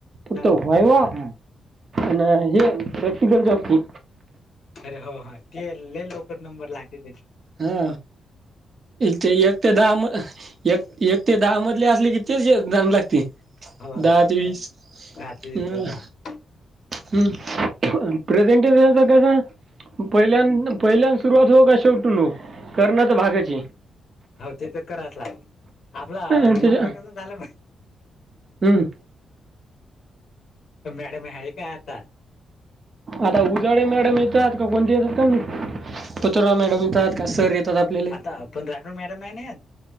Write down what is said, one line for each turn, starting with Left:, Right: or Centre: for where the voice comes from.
Right: फक्त
Left: हा
Right: वयव आणि हे.. प्रॅक्टिकल जात नाही.
Left: अरे हो हा ते लइ लवकर नंबर लागे
Right: हा ते एक ते दहा म एक एक ते दहा मधले असले की तेच जाण लागते.
Left: हो
Right: दहा ते वीस
Left: दहा तेवीस
Right: हम्
Left: बरोबर
Right: हम्म प्रेझेंटेश कसं पहिल्या अन.. पहिल्यांद सुरुवात हो का शेवटी नू करणार तर भागाच आहे.
Left: हो ते तर करायच लागते, आपला
Right: त्याच्या
Left: आपला कसं झालं पाहिज.
Right: हम्म
Left: मॅडम आहे का आता?
Right: आता उजाडे मॅडम येतात का कोणते येतात का नाही पतुरा मॅडम येतात का सर येतात आपल्या
Left: आ आपण राठोड मॅडम आहे ना